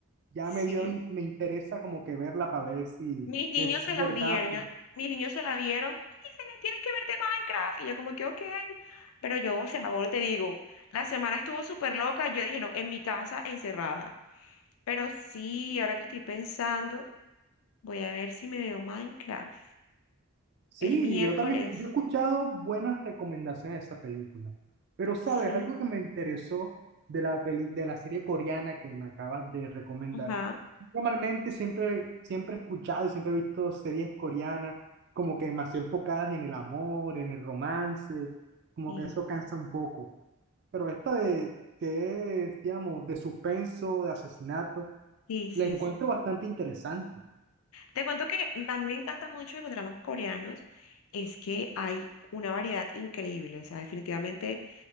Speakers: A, on the right; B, on the left.
A: ya
B: sí.
A: me dio, me interesa como que verla para ver si
B: Mis niños
A: es
B: se
A: verdad.
B: las vieron, yo- mis niños se la vieron y se le tiene que ver de Minecraft. Y yo como que, ok, pero yo, o sea, ahora te digo, la semana estuvo súper loca, yo dije, no, en mi casa encerrada. Pero sí, ahora que estoy pensando, voy a ver si me veo Minecraft
A: Sí,
B: el miércoles,
A: yo también, yo he escuchado buenas recomendaciones de esa película. Pero, ¿sabes?
B: ¿sí?
A: Algo que me interesó de la peli, de la serie coreana que me acabas de recomendar
B: Ajá,
A: Normalmente siempre, siempre he escuchado y siempre he visto series coreanas como que más enfocadas en el amor, en el romance, como
B: sí,
A: que eso cansa un poco. Pero esta de, que es, digamos, de suspenso, de asesinato,
B: sí, sí,
A: la encuentro
B: sí.
A: bastante interesante.
B: Te cuento que a mí me encanta mucho de los dramas coreanos, es que hay una variedad increíble, o sea, definitivamente